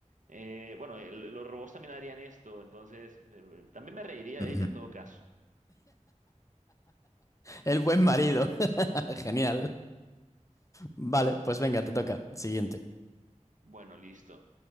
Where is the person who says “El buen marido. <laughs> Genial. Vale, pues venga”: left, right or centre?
Left